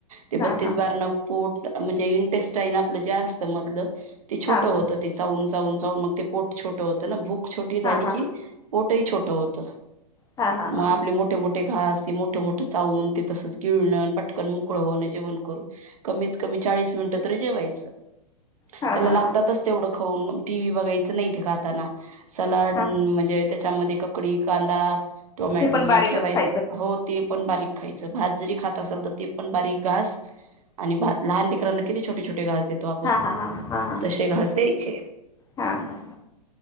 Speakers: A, on the right; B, on the left.
A: ते
B: हा
A: बत्तीस
B: हा
A: बार न पोट म्हणजे इंटेस्टाईन आपलं जे असतं मधलं छोट
B: हा हा
A: होत ते चावून चावून चावून मग ते पोट छोटं होत ना भूक छोटी झाली
B: हा हा हा
A: की पोटही छोट होत
B: हा हा हा
A: मग आपले मोठे मोठे घास ते मोठं मोठं चावून ते तसच गिळण पटकन मोकळ होण जेवण करू कमीत कमी चाळीस मिनटं तरी जेवायच.
B: हा
A: त्याला
B: हा
A: ला
B: हा
A: थ खऊ टी वही बघायचं नाही खाताना सलाड
B: हा
A: म्हणजे त्याच्या ककडी कांदा टोमॅटो
B: ते पण बारीकच
A: हे ठेवायच
B: खायचं
A: हो ते पण बारीक खायचं भात जरी खात असेल तर ते पण बारीक घास आणि भात लहान लेकरांना किती छोटे छोटे घास देतो आपण
B: हा हा हा हा हा.
A: तसे घास द्यायचे.
B: हा हा